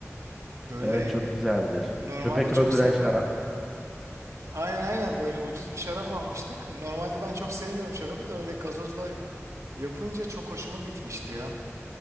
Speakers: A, on the right; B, in the centre.
A: Böyle
B: Evet çok güzeldir.
A: normalde
B: Köpek
A: çok
B: öldüren
A: sevmem.
B: şarap.
A: Aynen aynen böyle ucuz bir şarap almıştık. Normalde ben çok sevmiyorum şarabı da öyle gazozla yapınca çok hoşuma gitmişti ya.